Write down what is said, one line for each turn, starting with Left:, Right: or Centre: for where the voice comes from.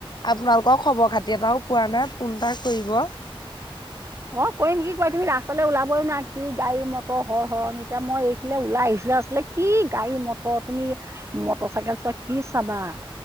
Left: আপোনালোকৰ খবৰ খাতি এটাও পোৱা নাই ফোন এটা কৰিব।
Right: অ কৰিম কি কয় তুমি ৰাস্তা লে আচলতে ওলাবই নোৱাৰা কি গাড়ী মটৰ সৰ সৰনি এতিয়া মই এইখিনে ওলাই আহিছিলো আচলতে। কি গাড়ী মটৰ তুমি মটৰ চাইকেল চোৱা কি চাবা।